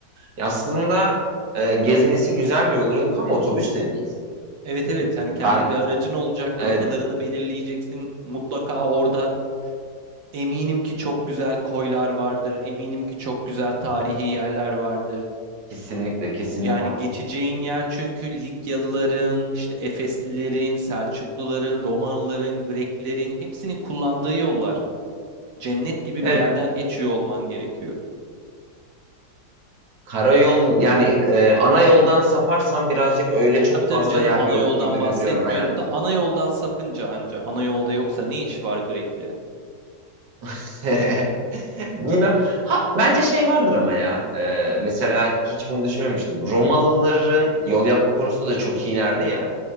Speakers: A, on the right; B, on the right.
A: Ya aslında e, gezmesi güzel bir yol çünkü ama otobüs de değil.
B: Evet evet hani kendi
A: Ben
B: bir aracın olacak,
A: evet
B: rotalarını belirleyeceksin. Mutlaka orada eminim ki çok güzel koylar vardır. Eminim ki çok güzel tarihi yerler vardır.
A: kesinlikle kesinlikle.
B: Yani geçeceğin yer çünkü Likyalıların, işte Efeslilerin, Selçukluların, Romalıların, Greklerin hepsinin kullandığı yollar. Cennet gibi
A: Evet
B: bir yerden geçiyor olman gerekiyor.
A: karayol yani e, ana yoldan saparsam birazcık öyle çok
B: Tabii tabii
A: fazla
B: canım
A: yer
B: ana
A: gördüğünü
B: yoldan bahsetmiyorum
A: biliyorum aynen.
B: da ana yoldan sapınca anca ana yolda yoksa ne iş var Greklerin?
A: <laughs> Bilmem. Ha, bence şey vardır ama ya. e, mesela hiç bunu düşünmemiştim. Romalıların yol yapma konusunda da çok iyilerdi ya.